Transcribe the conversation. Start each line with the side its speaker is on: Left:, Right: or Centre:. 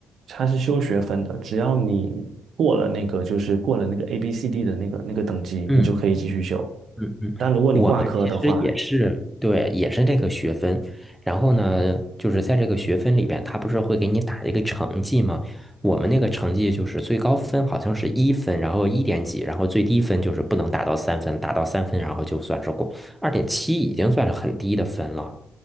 Right: 它是修学分的，只要你过了那个，就是过了那个 A B C D 的那个那个等级，
Centre: 嗯
Right: 你就可以继续修。
Centre: 嗯嗯，
Right: 但如果你挂科的话，
Centre: 我们其实也是，对，也是这个学分。然后呢，就是在这个学分里边，他不是会给你打一个成绩吗？我们那个成绩就是最高分好像是一分，然后一点几，然后最低分就是不能达到三分，达到三分然后就算是过，二点七已经算是很低的分了。